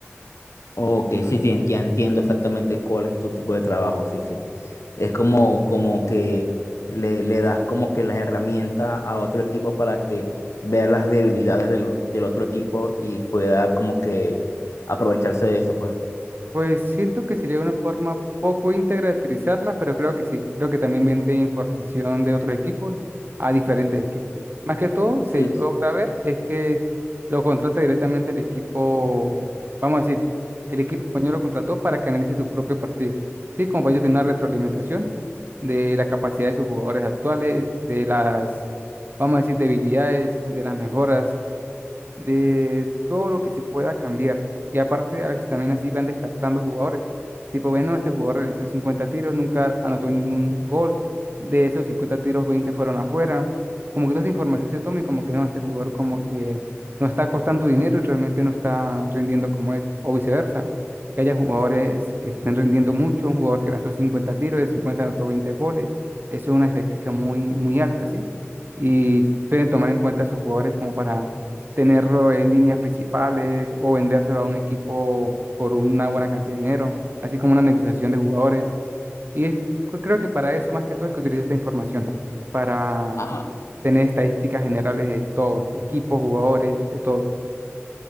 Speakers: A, on the left (about 80°); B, on the right (about 45°).
A: Ok, sí, sí, ya entiendo exactamente cuál es tu tipo de trabajo, sí, sí. Es como, como que le, le das como que las herramientas a otro equipo para que vea las debilidades del, del otro equipo y pueda como que aprovecharse de eso, pues.
B: Pues siento que sería una forma poco íntegra de utilizarla, pero creo que sí. Creo que también vende información de otros equipos a diferentes equipos. Más que todo, se
A: Sí.
B: logra ver es que lo contrata directamente el equipo, vamos a decir, el equipo español lo contrató para que analice sus propios partidos. Sí, como para ellos tiene una retroalimentación de la capacidad de sus jugadores actuales, de las, vamos a decir, debilidades, de las mejoras de todo lo que se pueda cambiar. Y aparte, a veces también así van descartando jugadores. Tipo, bueno, este jugador realizó 50 tiros, nunca anotó ningún gol. De esos 50 tiros, 20 fueron afuera. Como que toda esa información se toma y como que no, este jugador como que no está costando dinero y realmente no está rindiendo como es. O viceversa, que haya jugadores que estén rindiendo mucho, un jugador que lanzó 50 tiros, de 50 anotó 20 goles. Eso es una estadística muy, muy alta, ¿sí? Y suelen tomar en cuenta a sus jugadores como para tenerlo en líneas principales o vendérselo a un equipo por una buena cantidad de dinero, así como una negociación de jugadores. Y es- creo que para eso más que todo es que utilice esta información, para
A: Ajá.
B: tener estadísticas generales de todo, equipos, jugadores, de todo.